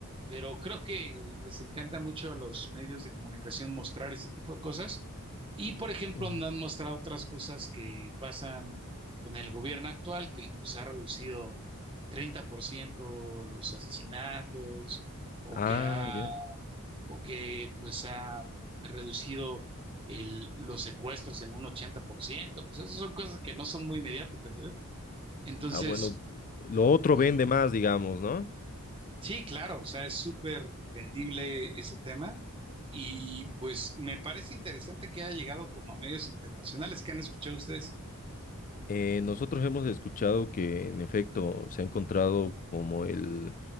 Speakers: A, on the right (about 25°); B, on the left (about 35°).
A: pero creo que les encanta mucho a los medios de comunicación mostrar ese tipo de cosas. Y, por ejemplo,
B: Ujú.
A: no han mostrado otras cosas que pasan con el gobierno actual, que pues, ha reducido 30% los asesinatos o
B: Ah,
A: que ha,
B: ya.
A: o que pues ha reducido el- los secuestros en un 80%. Pues esas son cosas que no son muy mediáticas, ¿eh? Entonces,
B: Ah, bueno, lo otro
A: Ujú.
B: vende más, digamos, ¿no?
A: sí, claro, o sea, es súper vendible ese tema y pues me parece interesante que haya llegado como a medios internacionales. ¿Qué han escuchado ustedes?
B: Eh, nosotros hemos escuchado que en efecto se ha encontrado como el